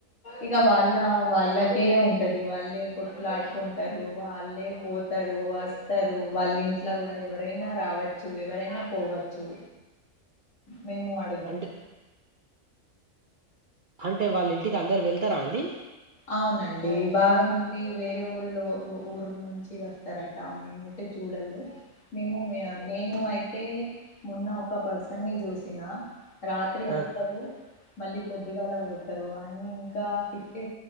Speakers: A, on the left; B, on the right.
A: ఇగ వాళ్ళ వాళ్ళకే ఉంటది వాళ్ళే కోట్లాడుకుంటారు వాళ్ళే పోతారు వస్తారు వాళ్ళుం ఇంట్లా గూడా ఎవరైనా రావచ్చు ఎవరైనా పోవచ్చు మేము అడిగాము
B: అంటే అంటే వాళ్ళ ఇంటికి అందరు వెళ్తారా అండి
A: అవునండి బాగా మంది వేరే ఊళ్లో ఊరు నుంచి వస్తారట మేమైతే చూ చూడదు మేము నేను అయితే మొన్న ఒక పర్సన్ ని చూసిన రాత్రి వస్తారు
B: ఆ
A: మళ్ళీ పొద్దుగాలా పోతారు ఆయన ఇంకా ఫిఫటీ